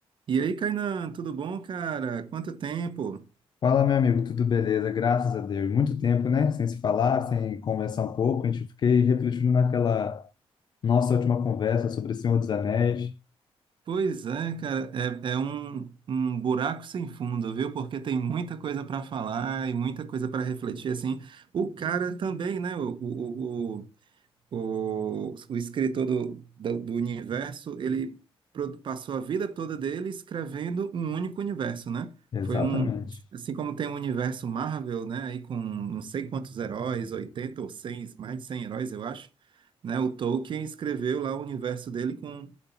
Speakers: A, on the right; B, on the left.
A: E aí, Kainan, tudo bom, cara? Quanto tempo?
B: Fala, meu amigo, tudo beleza? Graças a Deus. Muito tempo, né? Sem se falar, sem conversar um pouco. A gente fiquei refletindo naquela nossa última conversa sobre o Senhor dos Anéis.
A: Pois é, cara, é, é um, um buraco sem fundo, viu? Porque tem muita coisa para falar e muita coisa para refletir, assim. O cara também, né? O, o, o, O, o escritor do, do, do universo, ele pro- passou a vida toda dele escrevendo um único universo, né? Foi
B: Exatamente.
A: um, assim como tem o universo Marvel, né? Aí com não sei quantos heróis, 80 ou cem mais de 100 heróis, eu acho, né? O Tolkien escreveu lá o universo dele com,